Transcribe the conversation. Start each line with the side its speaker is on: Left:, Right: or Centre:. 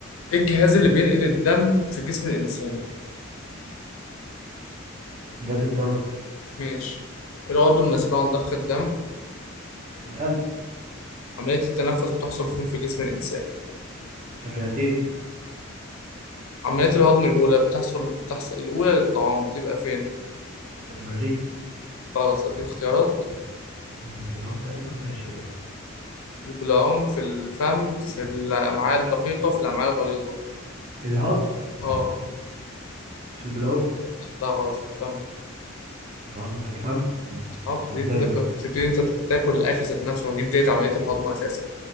Left: إيه الجهاز اللي بينقل الدم في جسم الإنسان؟
Right: الغاز الدوري
Left: ماشي العضو المسؤول عن ضخ الدم
Right: في القلب
Left: عملية التنفس بتحصل فين في جسم الإنسان؟
Right: في الرئتين
Left: عملية الهضم الأولى بتحصل بتحصل الأولى للطعام بتبقى فين؟
Right: في المريء
Left: غلط هديك اختيارات
Right: مم، بالعوم تقريبا ماشي اه
Left: في البلعوم في الفم في الأمعاء الدقيقة في الأمعاء الغليظة
Right: الهضم
Left: اه
Right: في البلعوم
Left: لا غلط في الفم
Right: الهضم في الفم مم،
Left: اه بتبتدي
Right: ده ازاي
Left: انت
Right: ده
Left: بتبتدي انت تاكل الأكل ذات نفسه ما دي بداية عملية الهضم أساسا